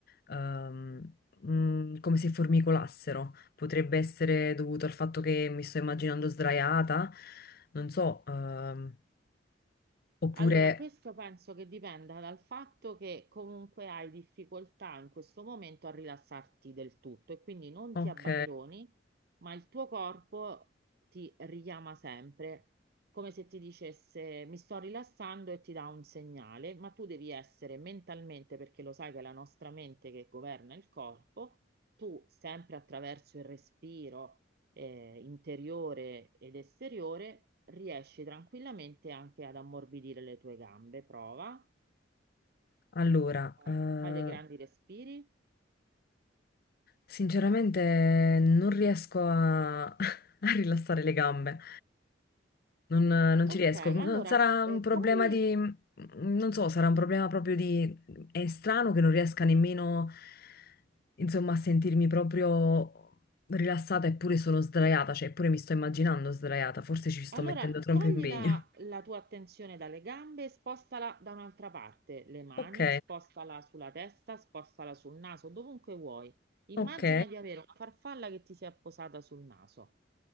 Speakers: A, on the left; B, on the right.
A: ehm, mm, come se formicolassero. Potrebbe essere dovuto al fatto che mi sto immaginando sdraiata, non so, ehm, oppure,
B: Allora, questo penso che dipenda dal fatto che comunque hai difficoltà in questo momento a rilassarti del tutto e quindi non
A: ok,
B: ti abbandoni, ma il tuo corpo ti richiama sempre, come se ti dicesse mi sto rilassando e ti dà un segnale, ma tu devi essere mentalmente, perché lo sai che è la nostra mente che governa il corpo, tu sempre attraverso il respiro eh, interiore ed esteriore, riesci tranquillamente anche ad ammorbidire le tue gambe. Prova,
A: allora,
B: Vai.
A: eh,
B: fai dei grandi respiri.
A: Sinceramente non riesco a, <laughs> a rilassare le gambe, non, non
B: Ok,
A: ci riesco.
B: allora
A: No, Sarà
B: eh,
A: un problema
B: togli
A: di, non so, sarà un problema proprio di... È strano che non riesca nemmeno, insomma, a sentirmi proprio rilassata eppure sono sdraiata, cioè eppure mi sto immaginando sdraiata, forse ci sto
B: Allora,
A: mettendo troppo
B: togli
A: impegno.
B: la, la
A: <laughs>
B: tua attenzione dalle gambe, e spostala da un'altra parte, le mani,
A: Ok,
B: spostala sulla testa, spostala sul naso, dovunque vuoi. Immagina
A: ok,
B: di avere una farfalla che ti si è posata sul naso